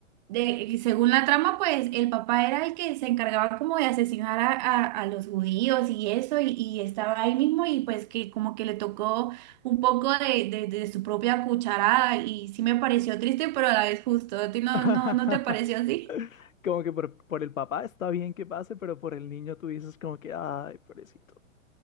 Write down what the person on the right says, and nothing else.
de, según la trama, pues el papá era el que se encargaba como de asesinar a, a- a los judíos y eso, y, y estaba ahí mismo y pues que como que le tocó un poco de, de- de su propia cucharada y sí me pareció triste, pero a la vez justo. ¿A ti no,
no, no te pareció así?